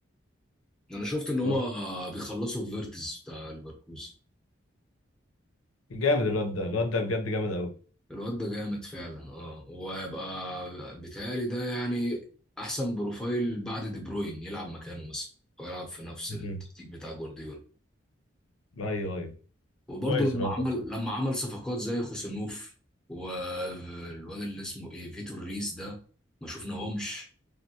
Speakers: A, in the centre; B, on the left.
A: انا شفت ان هما
B: طب
A: بيخلصوا في فيرتز بتاع ليفركوزن
B: جامد الواد ده الواد ده بجد جامد قوي
A: الواد ده جامد فعلا اه وهيبقى بيتهيألي ده يعني احسن بروفايل بعد دي بروين يلعب مكانه مثلا او يلعب في نفس
B: مم.
A: التكتيك بتاع جوارديولا
B: ايوه ايوه
A: وبرضه
B: كويس
A: لما
B: الواد
A: عمل
B: ده
A: لما عمل صفقات زي خوسانوف والواد اللي اسمه ايه فيتور ريس ده ما شفناهمش